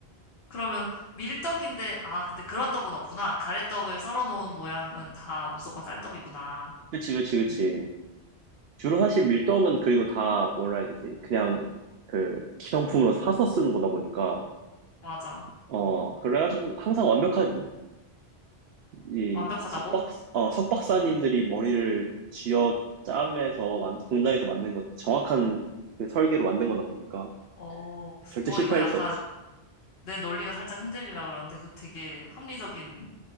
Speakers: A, on the left; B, on the right.
A: 그러면 밀떡인데, 아, 근데 그런 떡은 없구나. 가래떡을 썰어 놓은 모양은 다 무조건 쌀떡이구나.
B: 그치, 그치, 그치.
A: 음,
B: 주로 사실 밀떡은 그리고 다 뭐라 해야 되지? 그냥 그 기성품으로 사서 쓰는 거다 보니까,
A: 맞아.
B: 어, 그래가지고 항상 완벽하지. 이
A: 완벽하다고?
B: 석박, 어, 석박사님들이 머리를 쥐어 짜면서 만, 공장에서 만든 것, 정확한 그 설계로 만든 거다 보니까
A: 어,
B: 절대
A: 어,
B: 실패할
A: 이거 약간
B: 수 없어.
A: 내 논리가 살짝 흔들리라 그러는데, 그 되게 합리적인